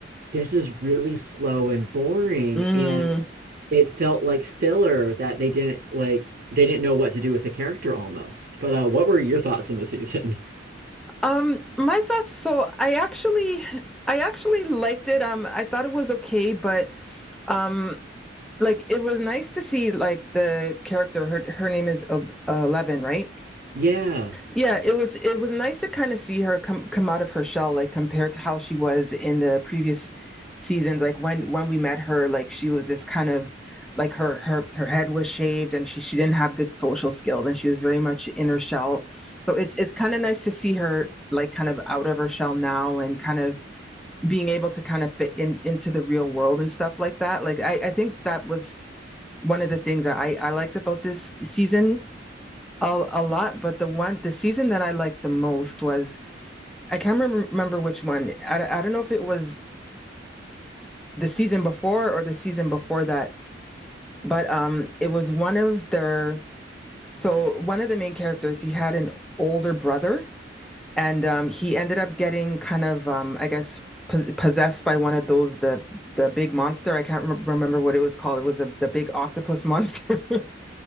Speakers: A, on the right; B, in the centre.
A: this is really slow and boring
B: <laughs>
A: and it felt like filler that they didn't like they didn't know what to do with the character almost. But uh, what were your thoughts on the season? <laughs>
B: Um, my thoughts, so I actually I actually liked it. Um, I thought it was okay, but um like it was nice to see like the character her her name is El- Eleven, right?
A: Yeah.
B: Yeah, it was it was nice to kind of see her come come out of her shell, like compared to how she was in the previous seasons. Like when when we met her, like she was this kind of like her her her head was shaved and she she didn't have good social skills and she was very much in her shell. So it's it's kind of nice to see her like kind of out of her shell now and kind of being able to kind of fit in into the real world and stuff like that. Like I I think that was one of the things that I I liked about this season a, a lot, but the one the season that I liked the most was I can't rem- remember which one. I, I don't know if it was the season before or the season before that, but um it was one of their so one of the main characters he had an older brother and um he ended up getting kind of um I guess possessed by one of those the the big monster. I can't re- remember what it was called. It was a, the big octopus monster. <laughs>